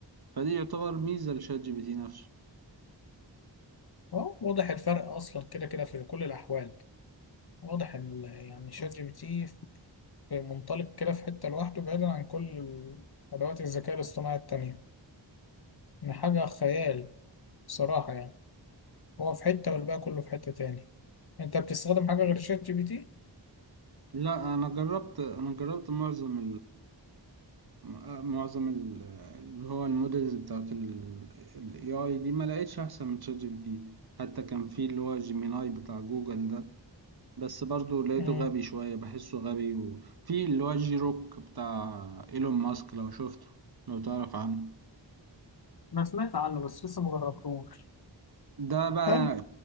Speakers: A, on the right; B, on the left.
A: فدي يعتبر ميزة لشات جي بي تي نفسه
B: أهو واضح الفرق أصلا كده كده في كل الأحوال واضح ال- يعني شات جي بي تي في منطلق كده في حتة لوحده بعيدا عن كل أدوات الذكاء الاصطناعي التانية يعني حاجة خيال صراحة يعني هو في حتة والباقي كله في حتة تاني أنت بتستخدم حاجة غير شات جي بي تي؟
A: لا انا جربت انا جربت معظم م- آه، معظم ال- اللي هو المودلز بتاعت ال AI دي ما لقيتش أحسن من شات جي بي تي حتى كان في اللي هو جيميناي بتاع جوجل ده بس برضو لقيته
B: مم.
A: غبي شوية بحسه غبي وفي اللي هو جي روك بتاع إيلون ماسك لو شفته لو تعرف عنه
B: انا سمعت عنه بس لسه مجربتوش
A: ده بقى
B: حلو